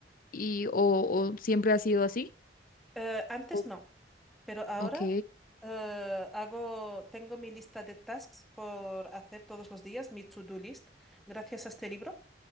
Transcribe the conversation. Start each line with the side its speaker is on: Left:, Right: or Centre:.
Left: y o, o siempre ha sido así?
Centre: Eh, antes
Left: O-
Centre: no. Pero ahora
Left: ok,
Centre: eh, hago, tengo mi lista de tasks por hacer todos los días, mi to-do list, gracias a este libro.